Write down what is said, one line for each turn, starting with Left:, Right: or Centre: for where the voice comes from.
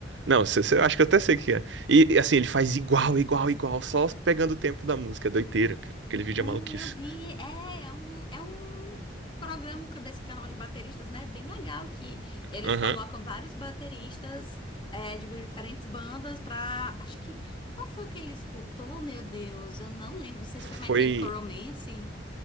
Right: Não, cê- cê- eu acho que eu até sei o que é. E assim, ele faz igual, igual, igual, só pegando o tempo da música. É doideira, cara. Aquele vídeo
Left: Não,
Right: é maluquice.
Left: eu vi. É, é um, é um programa desse canal de bateristas, né? Bem legal que eles
Right: Aham.
Left: colocam vários bateristas é, de diferentes bandas pra. Acho que. Qual foi o que ele escutou, meu Deus? Eu não lembro. Não sei
Right: Foi.
Left: se foi My Chemical Romance.